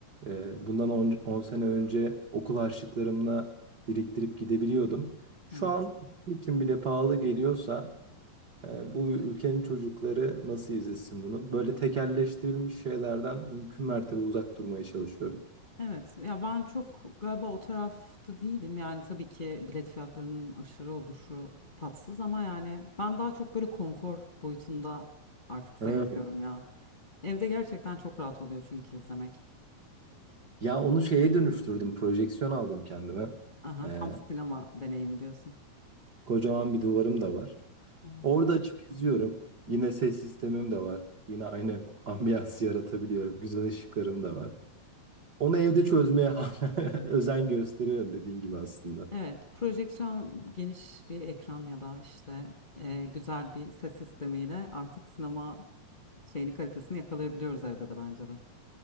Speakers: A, on the right; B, on the left.
A: e, bundan 10 sene önce okul harçlıklarımla biriktirip gidebiliyordum. Şu
B: evet.
A: an bizim için bile pahalı geliyorsa e, bu ülkenin çocukları nasıl izlesin bunu? Böyle tekelleştirilmiş şeylerden mümkün mertebe uzak durmaya çalışıyorum.
B: Evet ya ben çok galiba o tarafta değilim yani tabii ki bilet fiyatlarının aşırı oluşu tatsız ama yani ben daha çok böyle konfor boyutunda artık sevmiyorum
A: Evet.
B: ya. Evde gerçekten çok rahat oluyor çünkü izlemek.
A: Ya onu şeye dönüştürdüm. Projeksiyon aldım kendime.
B: Aha
A: Ee,
B: tam sinema deneyimi diyorsun.
A: kocaman bir duvarım da var.
B: Evet,
A: Orada açıp izliyorum. Yine ses sistemim de var. Yine aynı ambiyansı yaratabiliyorum. Güzel ışıklarım da var. Onu evde çözmeye <laughs> hala özen gösteriyorum dediğin gibi aslında.
B: Evet, projeksiyon geniş bir ekran ya da işte e, güzel bir ses sistemiyle artık sinema şeyini kalitesini yakalayabiliyoruz evde de bence de.